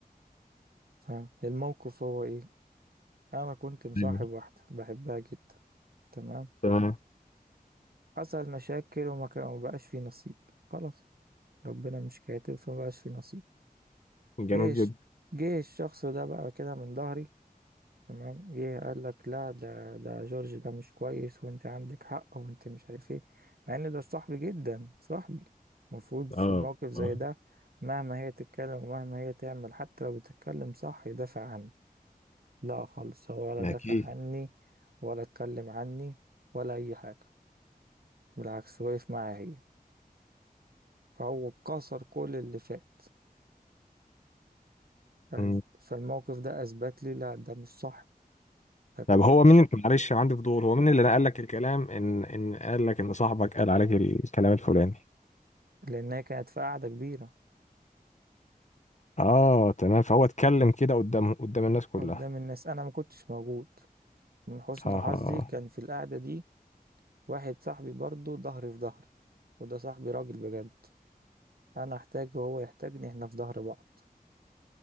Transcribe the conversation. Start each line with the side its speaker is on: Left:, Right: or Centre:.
Right: فاهم الموقف هو إيه أنا كنت مصاحب
Left: أيوة.
Right: واحدة بحبها جدا تمام
Left: تمام
Right: حصل مشاكل وما كان ما بقاش في نصيب خلاص ربنا مش كاتب فمبقاش في نصيب
Left: جامد
Right: جيش
Left: جدا
Right: جه الشخص ده بقى كده من ظهري تمام جه قال لك لا ده ده جورج ده مش كويس وانت عندك حق وانت مش عارف ايه مع ان ده صاحبي جدا صاحبي المفروض في
Left: اه
Right: الموقف زي
Left: آه،
Right: ده مهما هي تتكلم ومهما هي تعمل حتى لو بتتكلم صح يدافع عني لا خالص هو ولا
Left: اكيد
Right: دافع عني ولا اتكلم عني ولا اي حاجة بالعكس وقف معايا هي فهو كسر كل اللي فات فز-
Left: مم.
Right: فالموقف ده اثبت لي لا ده مش صح ده كان
Left: طب هو مين معلش عندي فضول هو مين اللي نقل لك الكلام ان ان قال لك ان صاحبك قال عليك الكلام الفلاني
Right: لان هي كانت في قعده كبيره
Left: اه تمام فهو اتكلم كده قدام قدام الناس كلها
Right: قدام الناس انا ما كنتش موجود من حسن
Left: اه
Right: حظي كان في القعده دي واحد صاحبي برضه ظهري في ظهري وده صاحبي راجل بجد انا احتاجه وهو يحتاجني احنا في ظهر بعض